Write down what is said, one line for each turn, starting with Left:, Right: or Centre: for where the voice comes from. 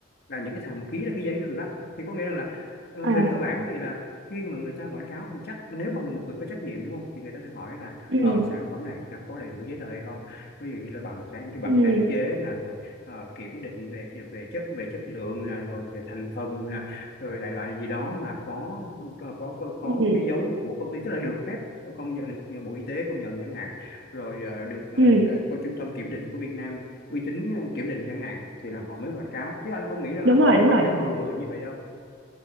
Left: là những cái thằng mà ký ra cái giấy đó bị bắt thì có nghĩa rằng là ờ,
Right: à
Left: về cơ bản thì là khi mà người ta quảng cáo thì chắc nếu mà một người có trách nhiệm đúng không thì người ta sẽ hỏi là
Right: ừ
Left: ờ sản phẩm này nó có đầy đủ giấy tờ hay không ví dụ như là bằng sáng cái bằng
Right: ừ
Left: sáng chế nè rồi ờ, kiểm định về về chất về chất lượng nè rồi về thành phần nè rồi đại loại gì đó mà có có có có, có
Right: ừ
Left: cái dấu của công ty tức là được phép công nhận được Bộ Y tế công nhận chẳng hạn rồi ờ, được ờ,
Right: ừ
Left: cơ, cơ trung tâm kiểm định của Việt Nam uy tín kiểm định chẳng hạn thì là họ mới quảng cáo chứ anh không nghĩ rằng
Right: đúng
Left: là họ
Right: rồi đúng
Left: quảng
Right: rồi
Left: cáo bừa như vậy đâu